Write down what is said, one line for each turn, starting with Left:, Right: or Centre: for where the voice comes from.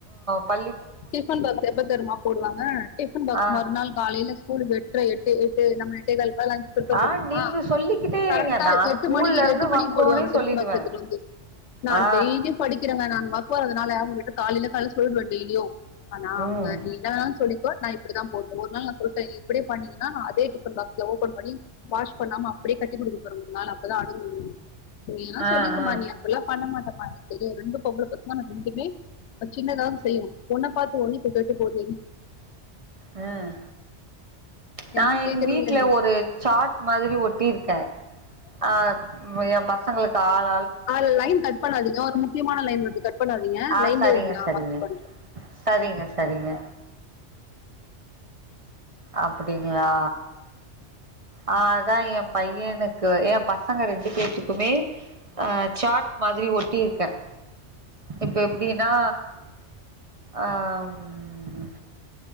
Right: பல்
Left: டிபன் பாகஸ் எப்ப தெருமா போடுவாங்க டிபன் பாக்ஸ்
Right: ஆ
Left: மறுநாள் காலையிலஸ்கூலுக்கு எடுத் எட்டு எட்டு நம்ம கால எழுந்து பிரிபேர்
Right: ஆ
Left: பண்ணணுமா
Right: நீங்க சொல்லிக்கிட்டே
Left: டிபன்பாக்ஸ
Right: இருங்க நா
Left: எடுத்து
Right: ஸ்கூல்ல
Left: வந்துட்டு
Right: இருந்து
Left: எட்டு மணிக்கு
Right: வந்தோனே
Left: போடுவாங்க
Right: சொல்லிடுவே
Left: நான்
Right: ஆ
Left: டெய்லியும் படிக்கிறேங்கனாலங்க காலில கால சொல்லிடுவே வீடியோ ஆனா
Right: ம்
Left: அவங்க நீ என்னும்சொல்லிக்கோ நான் இப்படிதான் போடுவே ஒரு நாள் நான் சொல்லிட்டேன் இப்படியே பண்ணீங்கன்னா நான் அதே பண்ணி வாஷ் பண்ணாம அப்படியே கட்டி கொடுத்துக்க போறோம் ஒரு நாள் அப்பதான் அடங்குவீங்க நீ ல்லா
Right: ஆ ஆ
Left: சொல்லிங்கமா நீ அப்டில்லாம் பண்ணமாட்டேன் ஹா சேரி ரெண்டு பொம்பள பசங்க ரெண்டுமே சின்னதாவ செய்யும் உன்ன பாத்து ஒன்னு கேட்டு போகுது
Right: உஹம் நான்
Left: ஏன் கேக்குறீங்க
Right: எங்க வீட்டுல ஒரு சாட் மாதிரி ஒட் டிருக்கே ஆஹ் என் பசங்களுக் <unintelligible>
Left: ஹா லைன் கட் பண்ணாதீங்க ஒரு மு முக்கியமானலைன் வருது கட் பண்ணாதீங்க
Right: ஆ
Left: லைன்லே
Right: சரிங்க
Left: இருங்க நான்
Right: சரிங்க
Left: மாத்தி பண்றே
Right: சரிங்க சரிங்க அப்படிங்களா ஆஹ் அதான் என் பையனுக்கு என் பசங்க ரெண்டு பேத்துக்குமே அஹ் சாட் மாதிரி ஒட்டியிருக்கேன் இப்ப எப்டின்னா அஹம்